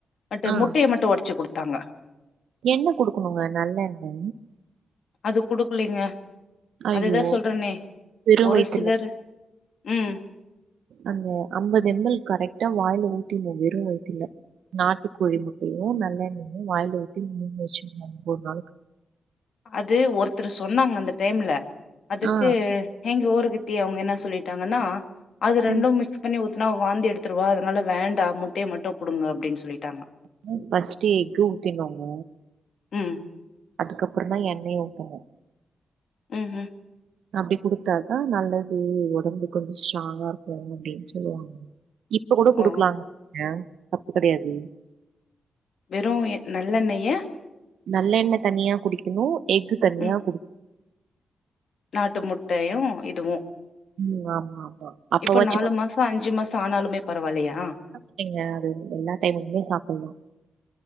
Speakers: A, on the left; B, on the right.
A: பட்
B: ஆ.
A: முட்டய மட்டு ஒடச்சு குடுத்தாங்க
B: என்ன குடுக்கணுங்க நல்லெண்ண
A: அது குடுக்லீங்க
B: ஐயோ!
A: அதுதா சொல்றேனே
B: வெறும்
A: ஒரு
B: வயித்துல.
A: சிலர் ம்
B: அந்த ஐம்பது எம்எல் கரெக்ட்டா வாயில ஊத்தின்னோ வெறு வயித்துல நாட்டு கோழி முட்டையு நல்லெண்ணயு வாயில ஊத்தி முழுங்க வெசிசின்னு அந்த ஒன்பது நாளைக்கு
A: அது ஒருத்தர் சொன்னாங்க அந்த டைம்ல அதுக்கு
B: ஆ.
A: எங்க ஓருக்குத்தி அவுங்க என்ன சொல்லிட்டாங்கன்னா அது ரெண்டு
B: ம்.
A: மிக்ஸ் பண்ணி ஊத்தி னா வாந்தி எடுத்துடுவோ அதனால வேண்டா முட்டைய மட்டு குடுங்க அப்டின்னு சொல்லிட்டாங்க
B: எப்பவு ஃபர்ஸ்ட்டு எக்கு ஊத்தினோங்க
A: ம்
B: அதுக்கப்றோ தா எண்ணெய ஊத்தனு
A: ம் ம்
B: அப்டி குடுத்தாதா நல்லது ஒடம்பு கொஞ்சோ ஸ்ட்ராங்கா இருக்கு அப்டின் சொல்லுவாங்க இப்ப கூட குடுக்கலாங்க
A: ஓ
B: தப்பு கிடையாது
A: வெறு எ நல்லெண்ணெய்ய
B: நல்லெண்ண தனியா குடிக்கணு எகு தனியா
A: ம்
B: குடிக்கணு
A: நாட்டு முட்டையு இதுவு
B: ம் ஆமா ஆமா அப்பவாச்சும்
A: இப்போ நாலு
B: கொஞ்சம்
A: மாசோ அஞ்சு மாசோ ஆனாலுமே பரவாயில்லயா
B: இல்லைங்க அது எல்லா டைமுக்குமே சாப்பட்லா